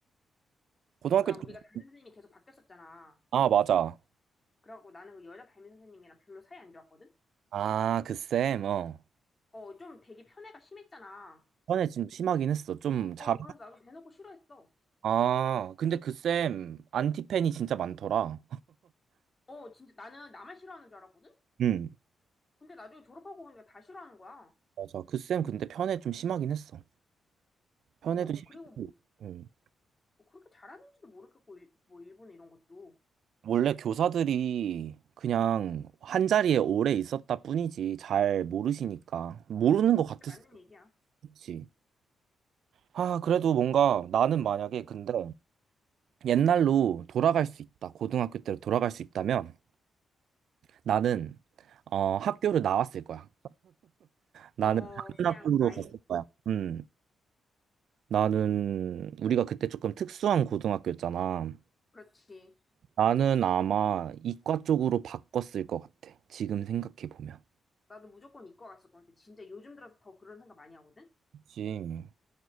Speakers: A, on the right; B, on the left.
A: 고등학교
B: 그러니까
A: 때
B: 우리가 담임 선생님이 계속 바뀌었었잖아.
A: 아 맞아
B: 그래갖고 나는 그 여자 담임 선생님이랑 별로 사이 안 좋았거든?
A: 아그쌤어
B: 어, 좀 되게 편애가 심했잖아.
A: 전에 좀 심하긴 했어. 좀 잘.
B: 어, 그래서 나도 대놓고 싫어했어.
A: 아, 근데 그 쌤, 안티팬이 진짜 많더라.
B: 어, 진짜 나는 나만 싫어하는 줄 알았거든?
A: 응,
B: 근데 나중에 졸업하고 보니까 다 싫어하는 거야.
A: 맞아. 그 쌤 근데 편애 좀 심하긴 했어. 편애도
B: 어,
A: 심했고.
B: 그리고 뭐,
A: 응.
B: 뭐 그렇게 잘하는지도 모르겠고, 일- 뭐, 일본 이런 것도.
A: 원래 교사들이 그냥 한 자리에 오래 있었다 뿐이지. 잘 모르시니까. 모르는 것 같았어.
B: 맞는 얘기야.
A: 그치? 아, 그래도 뭔가 나는 만약에 근데 옛날로 돌아갈 수 있다. 고등학교 때로 돌아갈 수 있다면 나는 어, 학교를 나왔을 거야. 나는
B: 어,
A: 다른
B: 그냥
A: 학교로
B: 아예,
A: 갔을 거야. 음. 나는 우리가 그때 조금 특수한 고등학교였잖아.
B: 그렇지.
A: 나는 아마 이과 쪽으로 바꿨을 것 같아. 지금 생각해 보면.
B: 나도 무조건 이과 갔을 것 같아. 진짜 요즘 들어서 더 그런 생각 많이 하거든?
A: 그치.